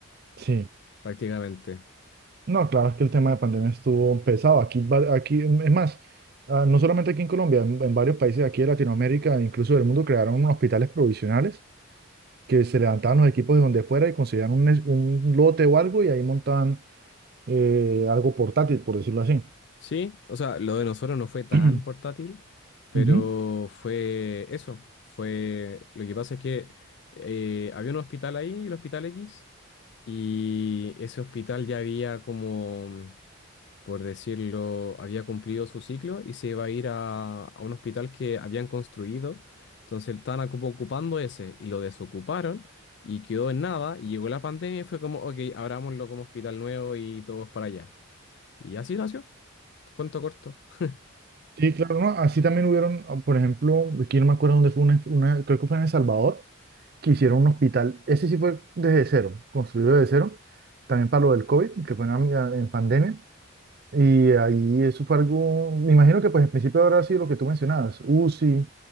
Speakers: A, on the right; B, on the left.
A: Sí.
B: prácticamente.
A: No, claro, es que el tema de pandemia estuvo pesado. Aquí, va- aquí, es más, ah, no solamente aquí en Colombia, en, en varios países de aquí de Latinoamérica, incluso del mundo, crearon unos hospitales provisionales que se levantaban los equipos de donde fuera y conseguían un, es- un lote o algo y ahí montaban eh, algo portátil, por decirlo así.
B: Sí, o sea, lo de nosotros no fue tan
A: <clears throat>
B: portátil, pero
A: Ujú.
B: fue eso. Fue, lo que pasa es que eh, había un hospital ahí, el Hospital X, y ese hospital ya había como por decirlo, había cumplido su ciclo y se iba a ir a, a un hospital que habían construido. Entonces estaban ocup- ocupando ese y lo desocuparon y quedó en nada. Y llegó la pandemia y fue como, ok, abrámoslo como hospital nuevo y todos para allá. Y así nació. Cuento corto. <laughs>
A: Sí, claro, ¿no? Así también hubieron, ah, por ejemplo, aquí no me acuerdo dónde fue, una, una- creo que fue en El Salvador, que hicieron un hospital, ese sí fue desde cero, construido desde cero, también para lo del COVID, que fue en, la- en pandemia, Y ahí eso fue algo, me imagino que pues en principio habrá sido lo que tú mencionabas, UCI, o